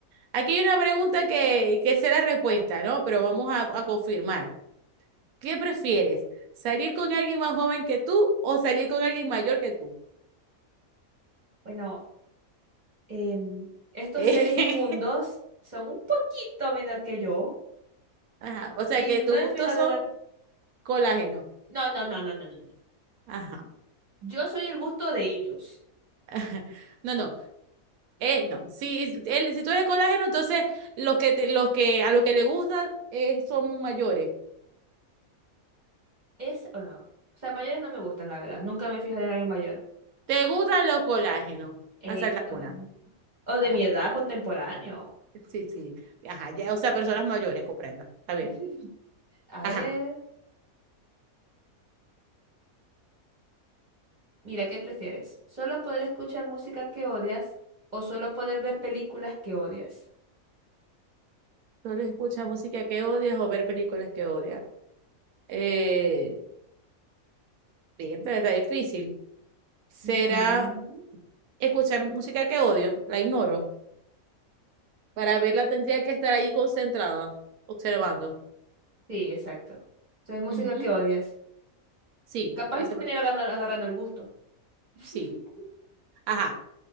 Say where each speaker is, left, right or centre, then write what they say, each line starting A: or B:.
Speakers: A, on the right; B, on the right.
A: Aquí hay una pregunta que, que será respuesta, ¿no? Pero vamos a, a confirmar. ¿Qué prefieres? ¿Salir con alguien más joven que tú o salir con alguien mayor que tú?
B: Bueno, em, estos
A: <laughs>
B: seres inmundos son un poquito menor que yo
A: Ajá, O sea
B: y
A: que
B: no
A: tus
B: he
A: gustos
B: fijado
A: son
B: en el...
A: colágeno.
B: No, no, no, no, no, no. no, no.
A: Ajá.
B: Yo soy el gusto de ellos.
A: <laughs> No, no. Eh, no. Si, él- si tú eres colágeno, entonces los que te- los que a los que le gustan eh, son mayores.
B: ¿Es o no? O sea, mayores no me gustan, la verdad. Nunca me he fijado en alguien mayor.
A: ¿Te gustan los colágenos?
B: Eh,
A: Esa es la cuna.
B: mm, o de
A: Ajá.
B: mi edad contemporáneo.
A: Sí, sí. Ajá. Ya, o sea, personas mayores, comprendo. Está bien.
B: <laughs> A
A: Ajá.
B: ver. Mira, ¿qué prefieres? ¿Solo poder escuchar música que odias o solo poder ver películas que odias?
A: Solo escucha música que odias o ver películas que odias. Eh, bien, pero está difícil. será
B: Ujú.
A: escuchar música que odio, la ignoro. Para verla tendría que estar ahí concentrada, observando.
B: Sí, exacto. O sea, es música
A: Ujú,
B: que odias.
A: Sí,
B: Capaz
A: esa,
B: le terminé
A: pre-
B: agarrando, agarrando el gusto. <laughs>
A: sí. Ajá.